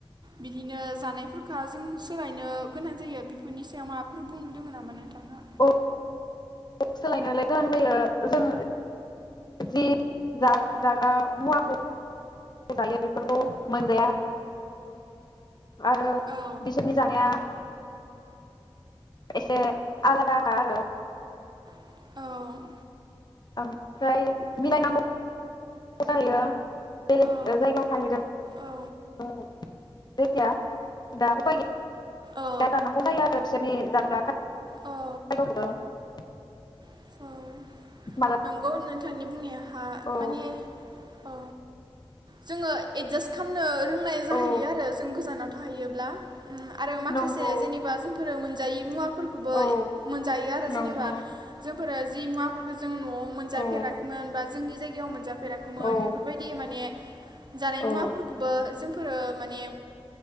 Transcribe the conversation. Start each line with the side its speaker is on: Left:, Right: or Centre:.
Right: बिदिनो जानायफोरखा जों सोलायनो गोनां जायो बेफोरनि सायाव मा फोर बुंनो दोङो नामा नोंथांहा
Left: औ सोलायनोलाय गोनां जायो जों जि जाग्रा मुवाखौ जायो बेफोरखौ मोनजाया आरो
Right: औ
Left: बिसोरनि जानाया एसे ओ आलादाखा आरो
Right: औ
Left: ओमफ्राय मिलायनांगौ
Right: औ
Left: <unintelligible> बेलेग
Right: औ
Left: ओ जायगायाव थाहैदों
Right: औ
Left: ओ <unintelligible>
Right: औ औ
Left: <unintelligible> <unintelligible> <unintelligible>
Right: <unintelligible>
Left: मालाबा
Right: नंगौ नोंथांनि बुंनाय हा
Left: औ
Right: माने औ। जोङो एडजास्ट खालामनो रोंनाय जाहैयो
Left: औ
Right: आरो जों गोजानाव थाहैयो ब्ला आरो माखासे
Left: नंगौ
Right: जेनेबा जोंफोरो मोनजायै मुवाफोरखौबो
Left: औ
Right: मोनजायो आरो
Left: नंगौ
Right: जेनेबा मुवाफोरा जि मुवाफोरखौ जों न'आव मोनजाफेराखैमोन
Left: औ
Right: बा जोंनि जायगायाव मोनजाफेराखैमोन
Left: औ
Right: बेफोरबायदि माने जानाय
Left: औ
Right: मुवाफोरखौबो जों। फोर माने।